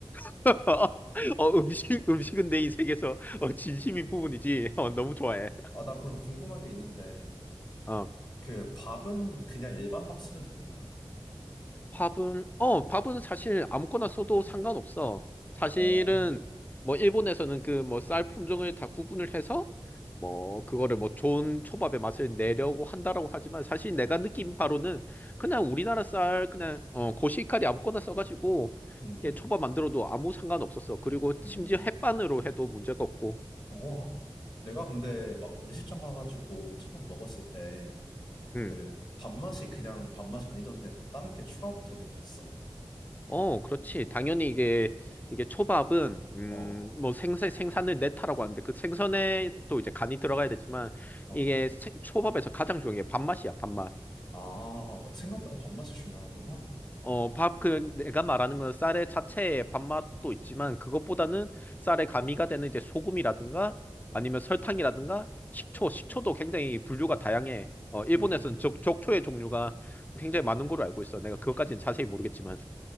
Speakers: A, on the left; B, on the left.
A: <laughs> 어, 음식, 음식은 내 인생에서 어, 진심인 부분이지. 어, 너무 좋아해.
B: 아, 나 그럼 궁금한 게 있는데,
A: 어.
B: 그 밥은 그냥 일반 밥 쓰면 되는 거야?
A: 밥은 어 밥은 사실 아무거나 써도 상관없어. 사실은
B: 어,
A: 뭐 일본에서는 그 뭐 쌀 품종을 다 구분을 해서 뭐 그거를 뭐 좋은 초밥의 맛을 내려고 한다라고 하지만 사실 내가 느낀 바로는 그냥 우리나라 쌀 그냥 어 고시카리 아무거나 써가지고
B: 음,
A: 이렇게 초밥 만들어도 아무 상관 없었어. 그리고
B: 음,
A: 심지어 햇반으로 해도 문제가 없고.
B: 어. 내가 근데 막 음식점 가가지고 초밥 먹었을 때,
A: 음.
B: 그 밥맛이 그냥 밥맛이 아니던데 뭐 다른 게 추가가 되는 게 있어?
A: 어, 그렇지. 당연히 이게, 이게 초밥은, 음,
B: 어,
A: 뭐 생선, 생선을 냈다라고 하는데 그 생선에 또 이제 간이 들어가야 되지만
B: 어.
A: 이게 생- 초밥에서 가장 중요한 게 밥맛이야, 밥맛.
B: 아, 생각보다 밥맛이 중요하구나.
A: 어, 밥, 그, 내가 말하는 건 쌀의 자체의 밥맛도 있지만 그것보다는 쌀에 가미가 되는 이제 소금이라든가 아니면 설탕이라든가 식초, 식초도 굉장히 분류가 다양해. 어, 일본에서는
B: 음.
A: 적, 적초의 종류가 굉장히 많은 걸로 알고 있어. 내가 그것까지는 자세히 모르겠지만.